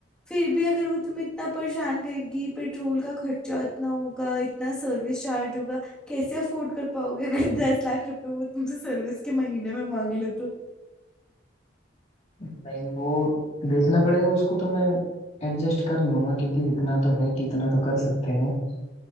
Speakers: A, in the centre; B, on the left (about 35°).
A: फिर भी अगर वो तुम्हें इतना परेशान करेगी पेट्रोल का खर्चा इतना होगा इतना सर्विस चार्ज होगा कैसे अफोर्ड कर पाओगे अगर <laughs> दस लाख रुपए वो तुमसे सर्विस के महीने में मांग ले तो
B: नहीं वो देखना पड़ेगा उसको तो मैं एडजस्ट कर लूंगा क्योंकि इतना तो है कि इतना तो कर सकते हैं